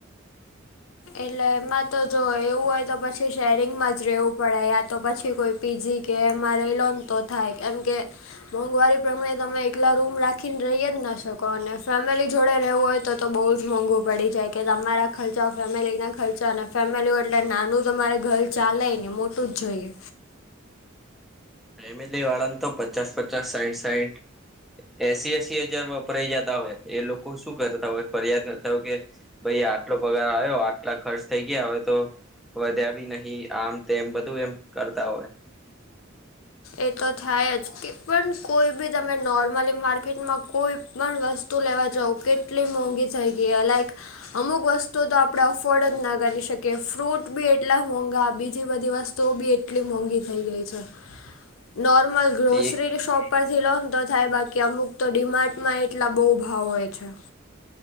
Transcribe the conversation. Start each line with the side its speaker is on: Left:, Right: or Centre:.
Left: એટલે એમાં તો જો એવું હોય તો પછી શેરિંગમાં જ રહેવું પડે યા તો પછી કોઈ પીજી કે એમાં લઈ લો ન તો થાય કેમ કે મોંઘવારી પ્રમાણે તમે એકલા રૂમ રાખીને રહી જ ના શકો અને ફેમિલી જોડે રહેવું હોય તો તો બહુ જ મોંઘુ પડી જાય કે તમારા ખર્ચ ફેમિલીના ખર્ચો અને ફેમિલી હોય એટલે નાનું તમારે ઘર ચાલેય નઈ મોટું જ જોઈએ
Centre: ફેમિલી વાળ ન તો પછ પચાસ પચાસ સાઈઠ સાઈઠ એસી એસી હજાર વપરાય જતા હોય એ લોકો શું કરતા હોય ફરિયાદ કરતા હોય કે ભાઈ આટલો પગાર આવ્યો આટલા ખર્ચ થઇ ગયા હવે તો વધ્યા બી નહિ આમ તેમ બધું ય એમ કરતા હોય
Left: એ તો થાય જ કે પણ કોઈ બી તમે નોર્મલી માર્કેટમાં કોઈ પણ વસ્તુ તું લેવા જઉ કેટલી મોંઘી થઈ ગઈ લાઈક અમુક વસ્તુ તો આપણે અફોર્ડ જ ના કરી શકીએ ફ્રૂટ બી એટલા મોંઘા બીજી બધી વસ્તુ તો બી એટલી મોંઘી થઈ ગઈ છે નોર્મલ ગ્રોસરી
Centre: એ
Left: શોપ ઉપરથી લોન તો થાય બાકી અમુક તો ડીમાર્ટમાં એટલા બહુ ભાવ હોય છે